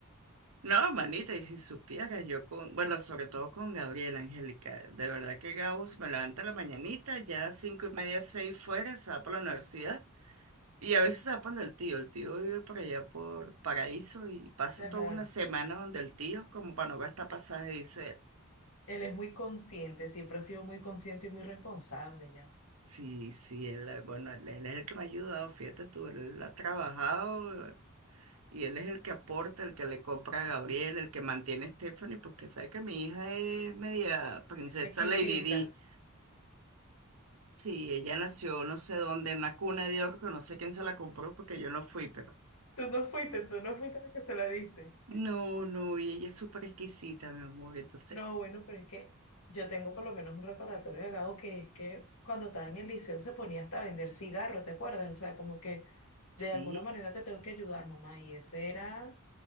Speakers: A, on the right; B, on the left.
A: no, manita, y si supieras yo con, bueno, sobre todo con Gabriela Angélica, de verdad que Gabo se me levanta a la mañanita, ya cinco y media, seis fuera, se va para la universidad, y a veces se va para donde el tío, el tío vive por allá por Paraíso y pasa
B: <laughs> Ajá.
A: toda una semana donde el tío, como para no gastar pasaje, dice,
B: Él es muy consciente, siempre ha sido muy consciente y muy responsable ya.
A: sí, sí, él, eh, bueno, él, él es el que me ha ayudado, fíjate tú, él ha trabajado, Y él es el que aporta, el que le compra a Gabriel, el que mantiene a Stephanie, porque sabe que mi hija es media princesa
B: Exquisita.
A: Lady Di. Sí, ella nació no sé dónde, en una cuna de oro, que no sé quién se la compró porque yo no fui, pero...
B: Tú no fuiste, tú no fuiste la que te la diste.
A: No, no, y ella es súper exquisita, mi amor. Entonces,
B: No, bueno, pero es que yo tengo por lo menos un recordatorio de Gabo que es que cuando estaba en el liceo se ponía hasta a vender cigarros, ¿te acuerdas? O sea, como que
A: sí,
B: de alguna manera te tengo que ayudar, mamá. Y esa era